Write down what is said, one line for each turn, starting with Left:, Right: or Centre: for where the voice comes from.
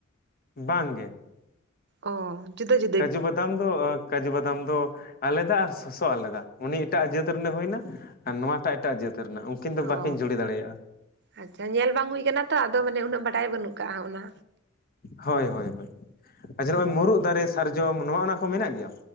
Left: ᱵᱟᱝ ᱜᱮ᱾
Right: ᱚᱻ ᱡᱩᱫᱟᱹ ᱡᱩᱫᱽ
Left: ᱠᱟᱹᱡᱩ ᱵᱟᱫᱟᱢ ᱫᱚ ᱠᱟᱹᱡᱩ ᱵᱟᱫᱟᱢ ᱫᱚ ᱟᱞᱮᱫᱟ ᱟᱨ ᱥᱚᱥᱚ ᱟᱞᱮᱫᱟ ᱩᱱᱤ ᱮᱴᱟᱜ ᱡᱟᱹᱛ ᱨᱮᱱ ᱦᱩᱭᱱᱟ ᱟᱨ ᱱᱚᱣᱟᱴᱟᱜ ᱮᱴᱟᱜ ᱡᱟᱹᱛ ᱨᱮᱱᱟᱜ᱾ ᱠᱤᱱ ᱫᱚ
Right: ᱚ
Left: ᱵᱟᱠᱤᱱ ᱡᱩᱲᱤ ᱫᱟᱲᱮᱭᱟᱜᱼᱟ᱾
Right: ᱟᱪᱪᱷᱟ ᱧᱮᱞ ᱵᱟᱝ ᱦᱩᱭ ᱠᱟᱱᱟ ᱛᱚ ᱟᱫᱚ ᱢᱟᱱᱮ ᱩᱱᱟᱹᱜ ᱵᱟᱰᱟᱭ ᱵᱟᱹᱱᱩᱜ ᱠᱟᱜᱼᱟ ᱚᱱᱟ᱾
Left: ᱦᱳᱭ ᱦᱳᱭ ᱦᱳᱭ᱾ ᱟᱪᱪᱷᱟ ᱱᱚᱜᱼᱚᱭ ᱢᱩᱨᱩᱫ ᱫᱟᱨᱮ ᱥᱟᱨᱡᱚᱢ ᱱᱚᱜ-ᱚ ᱱᱚᱶᱟ ᱠᱚ ᱢᱮᱱᱟᱜ ᱜᱮᱭᱟ?